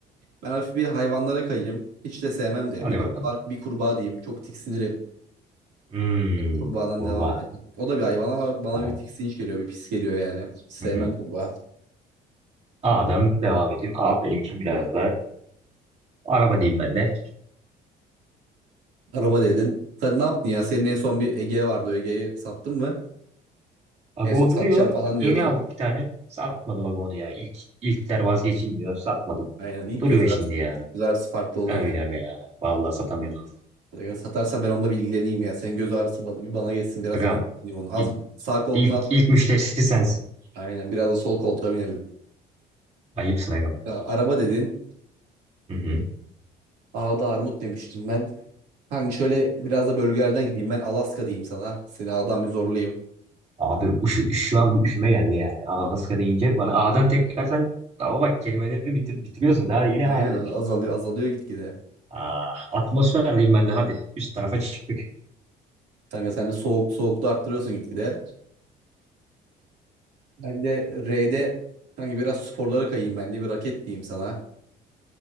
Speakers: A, on the right; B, on the right.
A: Ben hafif bir hayvanlara kayayım. Hiç de sevmem de.
B: Hadi
A: Bir kurbağa,
B: bakalım.
A: bir kurbağa diyeyim. Çok tiksinirim.
B: Hmm.
A: Kurbağadan
B: Kurbağa.
A: devam edelim. O da bir hayvan ama bana
B: Tamam.
A: bir tiksinç geliyor, bir pis geliyor yani. Sevmem
B: <laughs>
A: kurbağa.
B: A'dan devam edeyim. A benim için biraz daha araba diyeyim ben de.
A: Araba dedin. Sen ne yaptın ya? Senin en son bir Ege vardı. O Ege'yi sattın mı?
B: Ago
A: En son satacağım
B: duruyor.
A: falan
B: Yeni
A: diyordun.
B: aldık bir tane. Satmadım Ago'nu ya. İlk, ilkler vazgeçilmiyor. Satmadım.
A: Aynen. İlk
B: Duruyor
A: göz ağrısı,
B: şimdi ya.
A: ilk göz ağrısı farklı oluyor.
B: Ha, Öyle aga ya. Vallahi satamıyoruz onu.
A: Yani. Satarsan ben onunla bir ilgileneyim ya. Senin göz ağrısı bana, bir bana geçsin. Biraz
B: Agam
A: da ben kullanayım onu.
B: ilk,
A: Az, sağ koltuğuna
B: ilk,
A: az bindik.
B: ilk müşterisi sensin.
A: Aynen. Biraz da sol koltuğa binelim.
B: Ayıpsın agam.
A: Ya, araba dedin.
B: Hı hı.
A: Ağda armut demiştim ben. Kanka şöyle biraz da bölgelerden gideyim. Ben Alaska diyeyim sana. Seni ağdan bir zorlayayım.
B: Abi üşü, şu an bir üşüme geldi yani. Alaska deyince bana A'dan tekrardan ama bak kelimeleri bitir, bitiriyorsun. Daha yeni
A: Aynen
B: A demiştin.
A: azalıyor azalıyor gitgide.
B: Ah, atmosfer diyeyim ben de hadi. Üst tarafa çıktık.
A: Kanka sen de soğuk soğuklu arttırıyorsun gitgide. Ben de R'de kanka biraz sporlara kayayım ben de bir raket diyeyim sana.